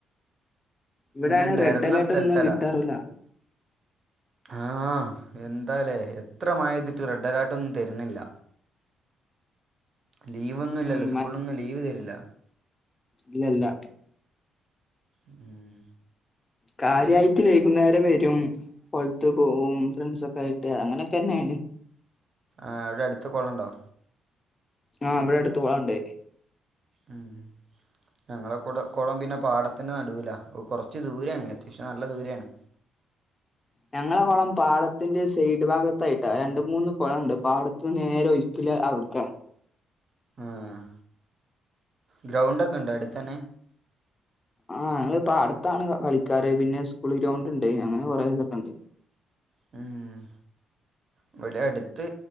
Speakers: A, on the left (about 25°); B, on the right (about 40°).
A: ഇവിടാണ്
B: ഇനെ നെരന്ന
A: റെഡ് അലേർട്ട്
B: സ്ഥലത്തല
A: ഒന്നും കിട്ടാറില്ല
B: ആഹ് എന്താലേ എത് എത്ര മഴെയ്യ്ത്ട്ടും റെഡ് അലാർട്ടൊന്നും തെരുന്നില്ല ലീവൊന്നും
A: ഉം
B: ഇല്ലല്ലോ സ്കൂളിനൊന്നും ലീവ് തരില്ല
A: ഇല്ലല്ലാ
B: ഉം
A: കാര്യയിട്ട് വൈകുന്നേരം വരും പൊലത്തു പോവും ഫ്രണ്ട്സൊക്കെ ആയിട്ട് അങ്ങനെയൊക്കെയാണ്
B: ആ അവിടെ അടുത്ത കൊളണ്ടോ
A: ആഹ് ഇവിടെ അടുത്തുവണ്ട്
B: ഉം ഞങ്ങളെ കുടം കൊളം പിന്നെ പാടത്തിന് നടുവില കൊറച്ച് ദൂരെയാണ് അത്യാവശ്യം നല്ല ദൂരെയാണ്
A: ഞങ്ങളെ കൊളം പാടത്തിന്റെ സൈഡ് ഭാഗത്തായിട്ടാ രണ്ട് മൂന്ന് കൊളണ്ട് പാടത്ത് നേര ഒയ് കല്ല് അവിടുക്ക
B: ആഹ് ഗ്രൗണ്ടൊക്കെ ഉണ്ടോ അടുത്തന്നെ
A: ആഹ് ഞങ്ങള് പാടത്താണ് കളിക്കാറ് പിന്നെ സ്കൂൾ ഗ്രൗണ്ട് ഉണ്ട് അങ്ങനെ കുറെ ഇതൊക്കെ ഉണ്ട്
B: ഉം ഇവിടെ അടുത്ത്